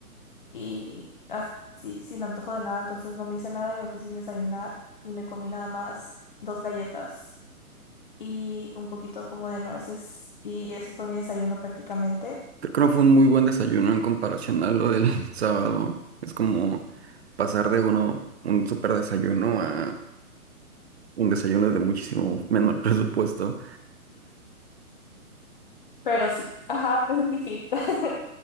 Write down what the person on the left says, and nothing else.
y as- así, sin antojo de nada, entonces no me hice nada y me fui sin desayunar y me comí nada más dos galletas y un poquito como de nueces y eso fue mi desayuno prácticamente.
Pero sí, ajá, me sentí fit. <laughs>